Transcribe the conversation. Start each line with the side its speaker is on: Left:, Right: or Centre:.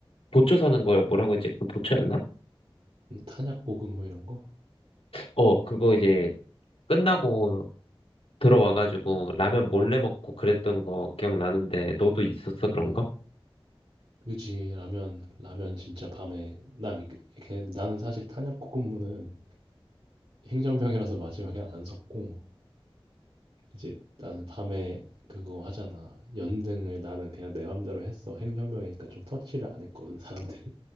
Left: 보초 서는 걸 뭐라고 했지? 그 보초였나?
Right: 탄약고급 뭐 이런 거?
Left: 어, 그거 이제 끝나고 들어와가지고
Right: 음,
Left: 라면 몰래 먹고 그랬던 거 기억나는데, 너도 있었어
Right: 음,
Left: 그런 거?
Right: 그지, 라면, 라면 진짜 밤에, 남이, 걔네들, 나는 사실 탄약고 근무는 행정병이라서 마지막엔 안 섰고, 이제 나는 밤에 그거 하잖아. 연등을 나는 그냥 내 맘대로 했어. 행정병이니까 좀 터치를 안 했거든, 사람들이.